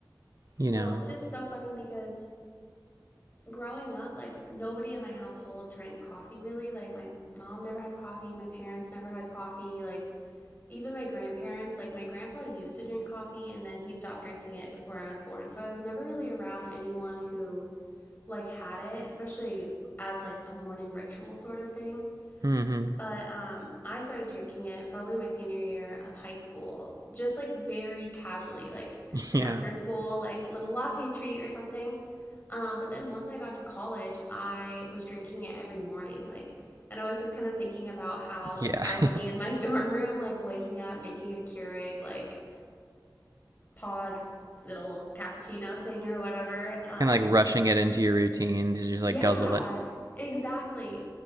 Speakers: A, on the right (about 55°); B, on the left (about 25°).
A: you
B: Well,
A: know.
B: it's just so funny because growing up, like nobody in my household drank coffee really. Like my mom never had coffee, my parents never had coffee, like even my grandparents, like my grandpa used to drink coffee and then he stopped drinking it before I was born. So I was never really around anyone who like had it, especially as like a morning ritual sort of thing.
A: Mhm.
B: But um, I started drinking it probably my senior year of high school, just like very casually, like an
A: Yeah.
B: after school, like little latte treat or something. Um, but then once I got to college, I was drinking it every morning, like. And I was just kind of thinking about how, like,
A: Yeah.
B: I would
A: <laughs> kind
B: be in my <laughs> dorm room, like, waking up, making a Keurig, like, pod little cappuccino thing or whatever. Um,
A: of like rushing it into your routine to just
B: yeah,
A: like guzzle it.
B: exactly.